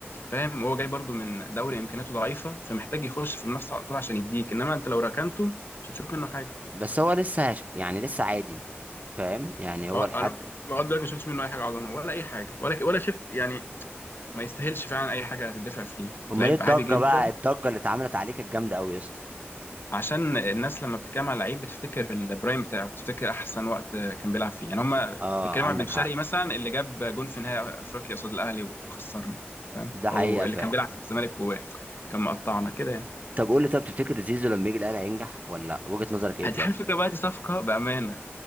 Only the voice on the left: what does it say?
فاهم وهو جاي برضو من دوري امكانياته ضعيفه فمحتاج يخش في المنافسه على طول عشان يديك انما انت لو ركنته مش هتشوف منه حاجه
هو انا
لغايه دلوقتي ما شفتش منه اي حاجه عظمه ولا اي حاجه ولا ولا شفت يعني ما يستاهلش فعلا اي حاجه هتدفع فيه
لعيب
عادي جدا
عشان الناس لما بتتكلم على لعيب بتفتكر البرايم بتاعه بتفتكر احسن وقت كان بيلعب فيه يعني هما
بيتكلموا
على بن شرقي
مثلا اللي جاب جون في نهائي افريقيا قصاد الاهلي وخسرنا فاهم
او اللي
كان بيلعب في الزمالك وكان مقطعنا كده يعني
هتحل
الفكره بقى دي صفقه بامانه